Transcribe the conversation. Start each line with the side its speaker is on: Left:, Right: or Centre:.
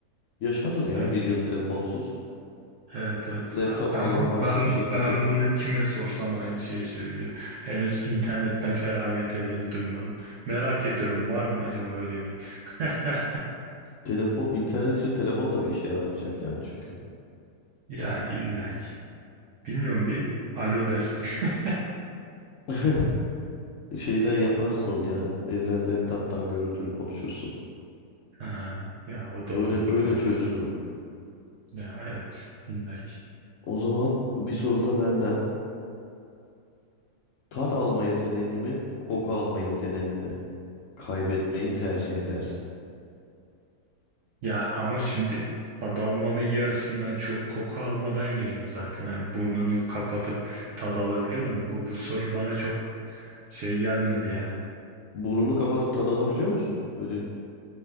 Left: Yaşanır ya
Right: E-
Left: bir yıl telefonsuz.
Right: Evet evet
Left: Laptop
Right: ben
Left: falan
Right: ben bu
Left: varsa
Right: ben
Left: bir şekilde.
Right: ben bunu kime sorsam aynı şeyi söylüyor. Henüz internetten feragat edeni duymadım. Merak ediyorum var mı acaba öyle bir? <laughs>
Left: Telefon, internetsiz telefon da bir işe yaramayacak yani çünkü.
Right: Yani illaki. Bilmiyorum bir alo dersin. <laughs>
Left: <laughs> Şeyden yaparsın onu ya. Evden laptop'tan görüntülü konuşursun.
Right: Ha, ya o da
Left: Öyle
Right: olabilir
Left: öyle
Right: tabii.
Left: çözülür o.
Right: Ya evet illaki.
Left: O zaman bir soru da benden. Tat alma yeteneğini mi, koku alma yeteneğini mi kaybetmeyi tercih edersin?
Right: Ya ama şimdi tad almanın yarısından çoğu koku almadan geliyor zaten. Hani burnunu kapatıp tad alabiliyor mu? Bu, bu soru bana çok şey gelmedi yani.
Left: Burnunu kapatıp tad alabiliyor musun? Öyle